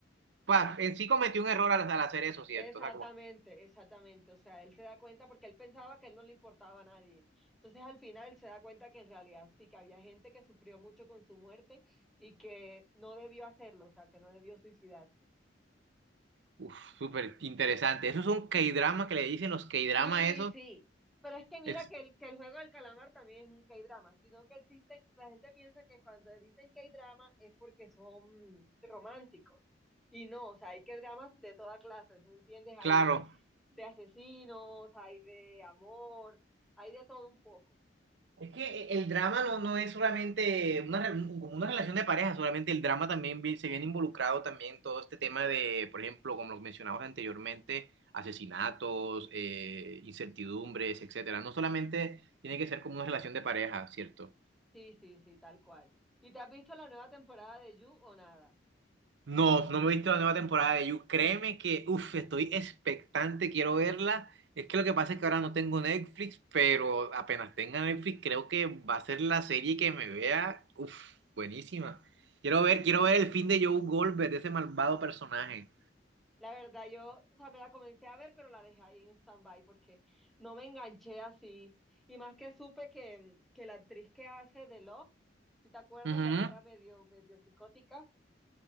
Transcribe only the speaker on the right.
pa, en sí cometió un error al, al hacer eso, ¿cierto?
O sea, como,
uff, súper interesante. Esos son K-dramas que le dicen los K-dramas
esos,
es
claro.
Es que eh, el drama no, no es solamente una, re- como una relación de pareja, solamente el drama también vi- se viene involucrado también todo este tema de, por ejemplo, como lo mencionabas anteriormente, asesinatos, eh, incertidumbres, etcétera. No solamente tiene que ser como una relación de pareja, ¿cierto?
No, no me he visto la nueva temporada de You. Créeme que, uff, estoy expectante, quiero verla. Es que lo que pasa es que ahora no tengo Netflix, pero apenas tenga Netflix, creo que va a ser la serie que me vea, uff, buenísima. Quiero ver, quiero ver el fin de Joe Goldberg, de ese malvado personaje.
Ujú,